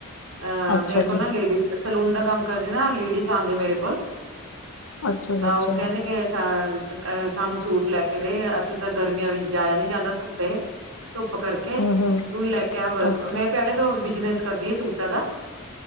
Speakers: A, on the right; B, on the left.
A: ਅਹ
B: ਅੱਛਾ
A: ਮੇਰੇ
B: ਜੀ
A: ਕੋਲ ਨਾ ਲੇਡੀਜ਼ ਸਲੂਨ ਦਾ ਕੰਮ ਕਰਦੀ ਨਾ ਲੇਡੀਜ਼ ਆਉਂਦੇ ਮੇਰੇ ਕੋਲ
B: ਅੱਛਾ ਜੀ
A: ਤਾਂ
B: ਅੱਛਾ
A: ਓ ਕੇਹਦੀ
B: ਜੀ
A: ਕਿ ਸਾਨ ਅਹ ਸਾਨੂੰ ਸੂਟ ਲੈ ਕੇ ਦੇ। ਅਸੀਂ ਤਾਂ ਗਰਮੀਆਂ ਵਿੱਚ ਜਾਇਆ ਨੀ ਜਾਂਦਾ ਧੁੱਪੇ ਧੁੱਪ ਕਰਕੇ
B: ਹੂੰ ਹੂੰ
A: ਤੂੰ ਈ ਲੈ ਕੇ ਆ।
B: ਓਕੇ
A: ਮੈਂ ਪੇਲੇ ਤੇ ਓ ਬਿਜਨਸ ਕਰਦੀ ਏ ਸੂਟਾਂ ਦਾ।